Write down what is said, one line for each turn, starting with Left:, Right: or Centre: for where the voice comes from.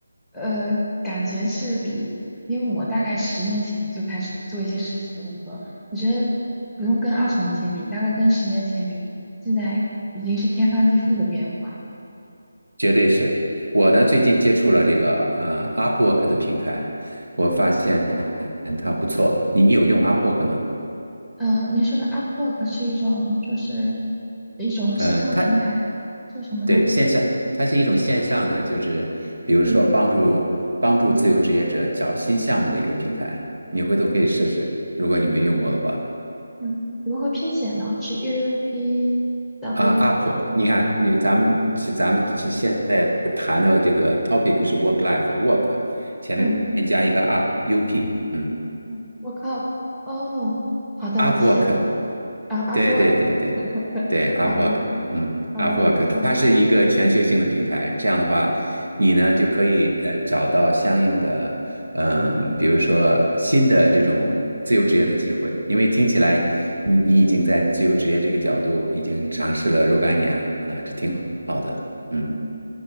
Centre: 呃感觉是比，因为我大概十年前就开始做一些实习的工作，我觉得不用跟二十年前比，大概跟十年前比，现在已经是天翻地覆的变化了。
Right: 绝对是。我呢最近接触了这个呃 Upwork 的平台，我发现
Centre: 嗯，
Right: 它不错，你你有用 Upwork 吗？
Centre: 呃您说的 Upwork 是一种就是一种线上平台，
Right: 呃，它。
Centre: 做什么呢？
Right: 对，线上，它是一种线上的，就是比如说帮助帮助自由职业者找新项目的一个平台，
Centre: 嗯
Right: 你回头可以试试，如果你没用过的话。
Centre: 嗯，如何拼写呢？是 U P W，
Right: 啊，Up，你看，你咱们是咱们是现在谈的这个 topic 是 work life work，前面加一个
Centre: 嗯
Right: up，up，嗯
Centre: 嗯，work up。哦，好的，
Right: ，Upwork
Centre: 我记下来了。啊，up
Right: 对对对对对，Upwork，
Centre: work。<laughs> 好的，
Right: 嗯，Upwork，
Centre: 好了，记下来了。
Right: 它是一个全球性的平台。这样的话，你呢就可以呃找到相应的，嗯、比如说新的这种自由职业的机会。因为听起来你你已经在自由职业这个角度已经尝试了若干年了，这挺好的。嗯